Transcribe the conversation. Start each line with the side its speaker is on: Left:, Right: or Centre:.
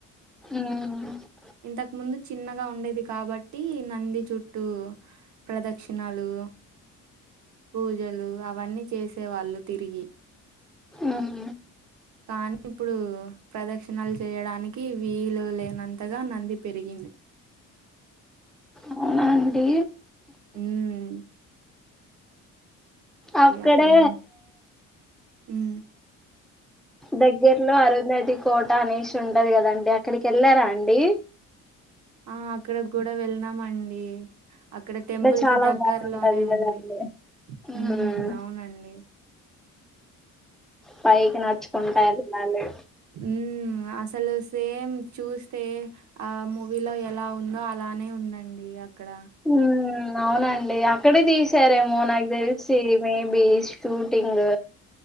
Centre: ఉం
Right: ఇంతకు ముందు చిన్నగా ఉండేది కాబట్టి నంది చు టు ప్రదక్షిణాలు పూజలు అవన్నీ చేసే వాళ్ళు తిరిగి
Centre: ఉమ్
Right: కానీ ఇప్పుడు ప్రదక్షిణలు చేయడానికి వీలు లేనంతగా నంది పెరిగింది
Centre: అవునా అండి
Right: ఉం
Centre: అక్కడే
Right: అప్పుడు మేము ఉమ్
Centre: దగ్గర్లో అరుంధతి కోట అనేష్ ఉంటది కదండి అక్కడికి వెళ్ళారా అండి
Right: ఆ అక్కడకి కూడా వెళ్ళనమండి అక్కడ టెంపుల్
Centre: చాలా
Right: కి దగ్గర
Centre: బాగుంటది
Right: లోనే
Centre: కదండి
Right: ఉంది
Centre: ఉమ్
Right: ఉం అవునండి
Centre: పైకి నడుచ్చుకుంట వెళ్ళాలి
Right: ఉం అసలు సేమ్ చూస్తే ఆ మూవీలో ఎలా ఉందో అలానే ఉందండి అక్కడ
Centre: ఉమ్ అవునండి అక్కడే తీసారేమో నాకు తెలిసి మేబీ షూటింగ్